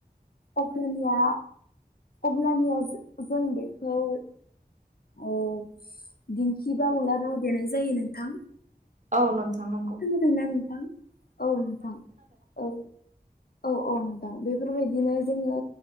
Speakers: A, on the left (about 65°); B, on the right (about 50°).
A: अब्लानिया अब्लानिया जों बेखौ ओ दिंखि बा उलाराव देनाय जायो नोंथां।
B: औ नोंथां नंगौ।
A: खोनादोना नोंथां औ नोंथां औ औ अ अ नोंथां बेफोरबायदिनो जोङो